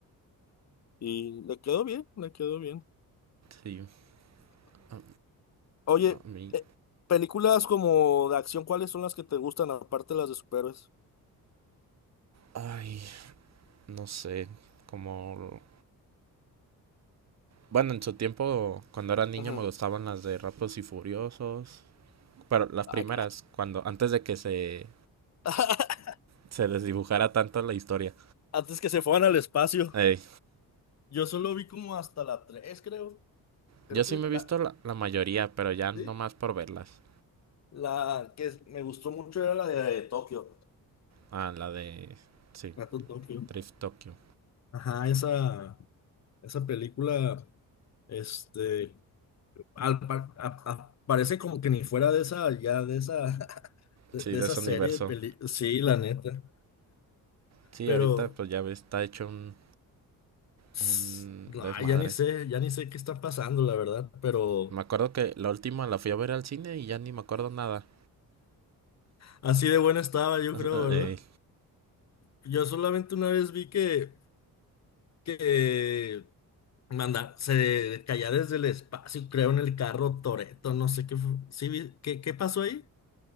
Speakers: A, on the left; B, on the right.
A: Y le quedó bien, le quedó bien.
B: Sí. A,
A: Oye,
B: a mí.
A: eh, películas como de acción, ¿cuáles son las que te gustan aparte de las de superhéroes?
B: Ay, no sé. Como. Bueno, en su tiempo, cuando era niño,
A: Ujú.
B: me gustaban las de rápidos y Furiosos. Pero las
A: Ay,
B: primeras, cuando antes de que se,
A: <laughs>
B: se desdibujara tanto la historia.
A: Antes que se fueran al espacio.
B: Ey,
A: Yo solo vi como hasta la 3 creo. Creo
B: yo sí
A: que
B: me he
A: la,
B: visto la, la mayoría, pero ya no
A: sí,
B: más por verlas.
A: la que me gustó mucho era la de Tokio.
B: Ah, la de. Sí,
A: La de Tokio.
B: Drift Tokyo.
A: Ajá, esa, esa película, este, al, par- a- a- parece como que ni fuera de esa, ya de esa, <laughs> de,
B: Sí,
A: de
B: de
A: esa
B: ese
A: serie
B: universo.
A: de películas. Sí, la neta.
B: Sí,
A: Pero,
B: ahorita pues ya ves, está hecho un,
A: s-
B: un
A: no,
B: desmadre.
A: ya ni sé, ya ni sé qué está pasando, la verdad. Pero
B: Me acuerdo que la última la fui a ver al cine y ya ni me acuerdo nada.
A: así de buena estaba, yo
B: <laughs>
A: creo,
B: Eh,
A: ¿verdad? Yo solamente una vez vi que que Manda, se caía desde el espacio, creo, en el carro Toreto, no sé qué fue. ¿Sí, vi- qué, qué pasó ahí?